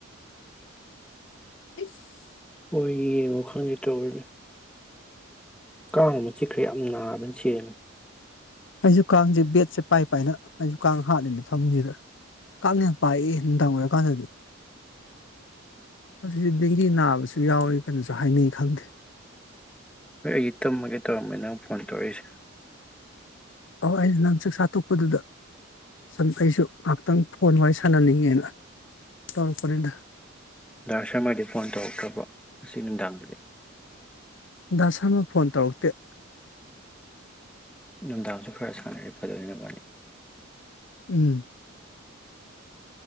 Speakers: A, on the left; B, in the centre.
A: ꯢꯁ
B: ꯍꯣꯏ ꯌꯦꯡꯉꯣ ꯈꯪꯗꯦ ꯇꯧꯔꯤꯅꯦ ꯀꯥꯡ ꯆꯤꯛꯈ꯭ꯔꯦ ꯌꯥꯝ ꯅꯥꯕꯅ ꯁꯤꯔꯦ
A: ꯑꯩꯖꯨ ꯀꯥꯡꯁꯦ ꯕꯦꯠꯁꯦ ꯄꯥꯏ ꯄꯥꯏꯅ ꯑꯩꯁꯨ ꯀꯥꯡ ꯍꯥꯠꯂꯤꯅꯦ ꯐꯃꯨꯡꯖꯤꯗ ꯀꯥꯡ ꯌꯥꯝ ꯄꯥꯛꯌꯦ ꯅꯨꯡꯗꯥꯡ ꯋꯥꯏꯔꯝ ꯀꯥꯟꯅꯗꯦ ꯃꯁꯤꯗꯤ ꯗꯦꯡꯒꯤ ꯅꯥꯕꯁꯨ ꯌꯥꯎꯋꯦ ꯀꯩꯅꯁꯨ ꯍꯥꯏꯅꯩ ꯈꯪꯗꯦ
B: ꯍꯣꯏ ꯑꯩ ꯇꯝꯃꯒꯦ ꯇꯧꯔꯝꯕꯅꯤ ꯅꯪ ꯐꯣꯟ ꯇꯧꯔꯛꯏꯁꯦ
A: ꯑꯣ ꯑꯩꯗꯤ ꯅꯪ ꯆꯥꯛ ꯆꯥ ꯇꯣꯛꯄꯗꯨꯗ ꯁꯨꯝ ꯑꯩꯁꯨ ꯉꯥꯏꯍꯥꯛꯇꯪ ꯐꯣꯟ ꯋꯥꯔꯤ ꯁꯥꯟꯍꯟꯅꯤꯡꯉꯦꯅ ꯇꯧꯔꯛꯄꯅꯤꯗ
B: ꯗꯥ ꯁꯔꯃꯗꯤ ꯐꯣꯟ ꯇꯧꯔꯛꯇ꯭ꯔꯕꯣ ꯉꯁꯤ ꯅꯨꯡꯗꯥꯡꯗꯤ
A: ꯗꯥ ꯁ꯭ꯔꯃꯥ ꯐꯣꯟ ꯇꯧꯔꯛꯇꯦ
B: ꯅꯨꯡꯗꯥꯡꯁꯨ ꯈꯔ ꯁꯥꯟꯅꯔꯗꯤ ꯐꯗꯧꯅꯦ ꯅꯕꯅꯤ
A: ꯎꯝ